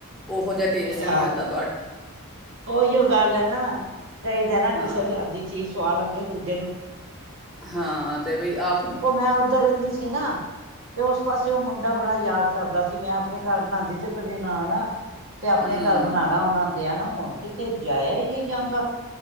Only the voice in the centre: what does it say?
ਉਹ ਜਿਹਾ ਟੇਸਟ
ਨਹੀਂ ਆਂਦਾ।
ਹਾਂ
ਹਾਂ ਤੇ ਬਈ ਆਪ।
ਹੂੰ